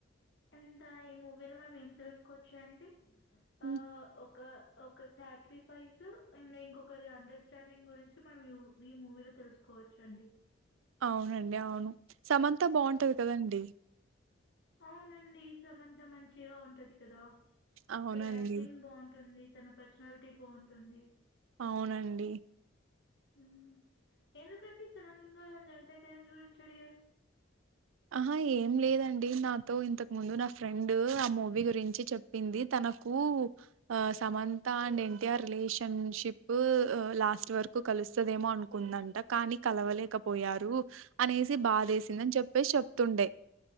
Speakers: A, on the left; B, on the right.
A: ఎంటైర్ ఈ మూవీలో మనం ఏం తెలుసుకోవచ్చాండి
B: ఉ
A: అ ఒకా ఒక సాక్రిఫైసు అండ్ ఇంకొకరి అండర్స్టాండింగ్ గురించి మనం ఈ ఊ ఈ మూవీలో తెలుసుకోవచ్చండి
B: అవునండి అవును సమంత బావుంటది కద అండి
A: అవునండి సమంత మంచిగా ఉంటది కదా
B: అవునండి
A: తన యాక్టింగ్ బావుంటుంది తన పర్సనాలిటీ బావుంటుంది
B: అవునండి
A: ఊ ఎందుకండి సడన్గా జనతా గ్యారేజ్ గురించి అడిగారు
B: అహా ఏం లేదండి నాతో ఇంతకు ముందు నా ఫ్రెండూ ఆ మూవీ గురించి చెప్ పింది తనకూ ఆ Samantha and NTR relationship ఉ లాస్ట్ వరక్ కు కలుస్తదేమో అనుకుందంట కానీ కలవలేకపోయారు అనేసి బాదేసిందన్ చెప్పేస్ చెప్తుండే